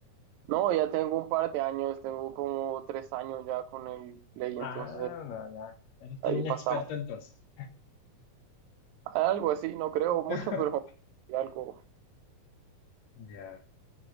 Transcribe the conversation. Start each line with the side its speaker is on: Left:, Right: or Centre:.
Right: No, ya tengo un par de años, tengo como tres años ya con el Play,
Left: Ah,
Right: entonces
Left: no, ya. Eres todo
Right: ahí
Left: un
Right: pasamos.
Left: experto entonces.
Right: Algo así, no creo mucho,
Left: <laughs>
Right: pero algo.
Left: Ya.